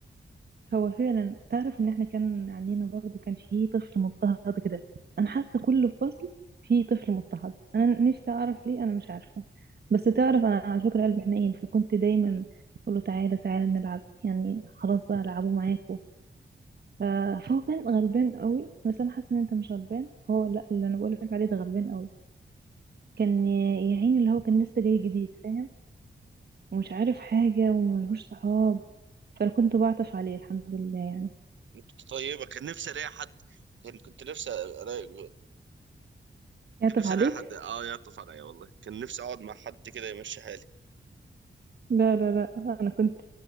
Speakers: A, on the right; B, on the right.
A: هو فعلا تعرف ان احنا كان عندنا برضو كان فيه طفل مضطهد كده انا حاسه كل فصل فيه طفل مضطهد انا نفسي اعرف ليه انا مش عارفه بس تعرف انا على فكره قلبي حنين فكنت دايما اقول له تعالى تعالى نلعب يعني خلاص بقى العبوا معاكوا ف- فهو كان غلبان قوي بس انا حاسه ان انت مش غلبان فهو لا اللي انا بقول لك عليه ده غلبان قوي كان يا عيني اللي هو كان لسه جاي جديد فاهم ومش عارف حاجه وملهوش صحاب فانا كنت بعطف عليه الحمد لله يعني
B: كنت طيبه كان نفسي الاقي حد كان كنت نفسي الاقي
A: يعطف
B: كان نفسي
A: عليك
B: الاقي حد اه يعطف عليا والله كان نفسي اقعد مع حد كده يمشي حالي
A: لا لا لا انا كنت